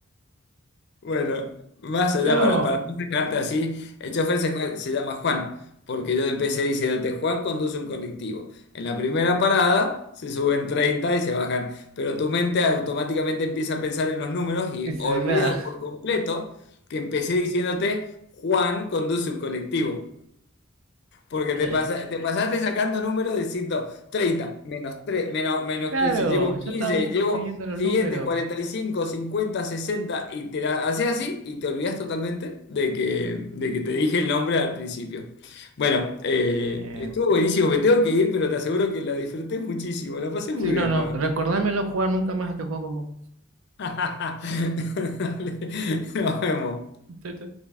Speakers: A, on the left; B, on the right.
A: Bueno, más allá,
B: No,
A: para, para no dejarte así, el chofer se, jue- se llama Juan, porque yo empecé diciéndote, Juan conduce un colectivo. En la primera parada se suben 30 y se bajan, pero tu mente automáticamente empieza a pensar en los números y
B: dice,
A: olvida
B: claro.
A: por completo que empecé diciéndote, Juan conduce un colectivo. Porque
B: <laughs>
A: te,
B: Ay,
A: pasa- te pasaste sacando números de treinta menos 3 menos, menos
B: Claro,
A: quince llevo
B: yo
A: 15
B: estaba bu-
A: llevo
B: siguiendo los
A: siguiente
B: números.
A: 45 50 sesenta y te la haces así y te olvidas totalmente de que, de que te dije el nombre al principio. Bueno, eh,
B: Em,
A: estuvo buenísimo, me tengo que ir, pero te aseguro que la disfruté muchísimo, la pasé muy
B: Sí,
A: bien,
B: no, no.
A: la verdad.
B: Recordámelo jugar nunca más este juego con vos.
A: <laughs> Dale, nos vemos.
B: Chao, chao.